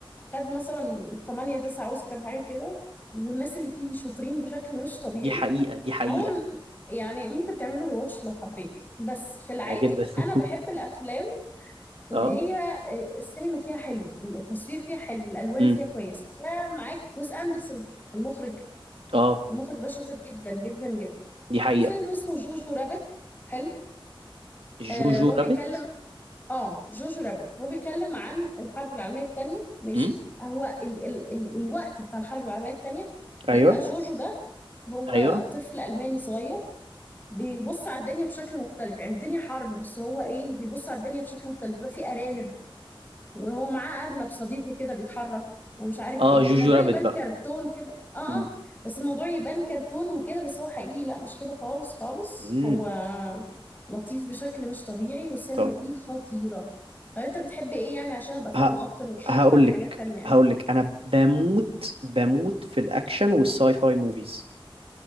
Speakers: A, on the left; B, on the right.
A: خد مثلا 8 9 اوسكار حاجة كده والناس اللي فيه شاطرين بشكل مش طبيعي
B: دي حقيقة دي حقيقة
A: عموما يعني ممكن تعملوا ريواتش لو حبيت بس في العادي
B: لا جدا
A: انا بحب
B: <laughs>
A: الافلام اللي
B: اه
A: هي آه، السينما فيها حلوة التصوير فيها حلو الالوان
B: مم.
A: فيها كويسة فمعاك ويس اندرسون المخرج
B: اه
A: المخرج ده شاطر جدا جدا جدا
B: دي حقيقة
A: في فيلم اسمه جوجو رابت حلو آه
B: جوجو
A: هو بيتكلم
B: رابت
A: اه جوجو رابت هو بيتكلم عن الحرب العالمية التانية ماشي
B: امم
A: هو ال ال ال الوقت بتاع الحرب العالمية التانية
B: ايوه
A: بيبقى جوجو ده هو
B: ايوه
A: طفل ألماني صغير بيبص على الدنيا بشكل مختلف يعني الدنيا حرب بس هو ايه بيبص على الدنيا بشكل مختلف بيبقى في أرانب وهو معاه أرنب صديقه كده بيتحرك ومش عارف
B: اه
A: ايه
B: جوجو
A: الموضوع
B: رابت
A: يبان
B: بقى
A: كرتون كده اه
B: مم.
A: اه بس الموضوع يبان كرتون وكده بس هو حقيقي لا مش كده خالص خالص
B: مم.
A: هو لطيف بشكل مش طبيعي والسينما
B: طب
A: فيه خطيرة طب انت بتحب ايه يعني عشان ابقى فاهمة
B: ه...
A: اكتر وارشح
B: هقول
A: لك حاجات
B: لك
A: تانية يعني
B: هقول لك انا بموت بموت في الاكشن والساي فاي موفيز